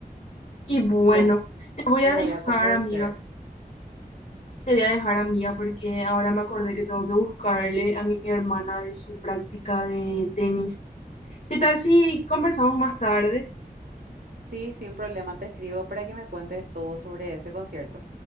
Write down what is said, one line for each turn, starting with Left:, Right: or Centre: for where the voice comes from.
Left: Y bueno,
Right: Le, vo-
Left: te voy
Right: le
Left: a dejar,
Right: voy a convencer.
Left: amiga, te voy a dejar, amiga, porque ahora me acordé que tengo que buscarle a mi hermana de su práctica de tenis. ¿Qué tal si conversamos más tarde?
Right: Sí, sin problema, te escribo para que me cuentes todo sobre ese concierto.